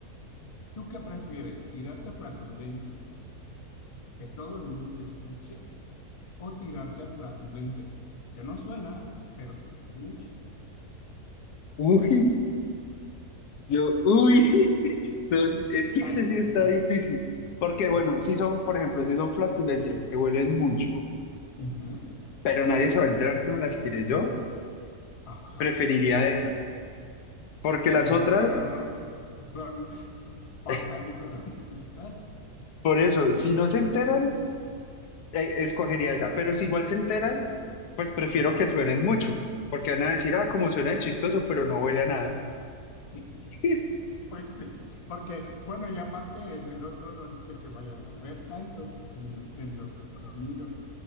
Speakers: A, on the left; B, on the left.
A: ¿tú qué prefieres? ¿Tirarte a flatulencias que todo el mundo escuche o tirarte a flatulencias que no suenan, pero que huelen mucho? <laughs>
B: Uy, Yo, uy, <laughs> no, es es que
A: Ay,
B: este sí
A: sí.
B: está difícil. Porque, bueno,
A: Ajá.
B: si son, por ejemplo, si son flatulencias que huelen mucho,
A: ujú,
B: pero nadie se va a enterar que me las tiré yo,
A: Ajá.
B: preferiría esas. Porque las
A: Pero
B: otras,
A: bueno, el olor va
B: <laughs>
A: va
B: eh,
A: a salir de donde tú estás.
B: por eso, si no se enteran, eh, escogería esa. Pero si igual se enteran, pues prefiero
A: Ajá.
B: que suenen mucho. Porque van a decir, ah, como suena chistoso, pero no huele a nada.
A: <laughs>
B: <laughs>
A: Pues sí, porque, bueno, y aparte en el otro no dice que vayan a oler tanto en el, en los de sonido.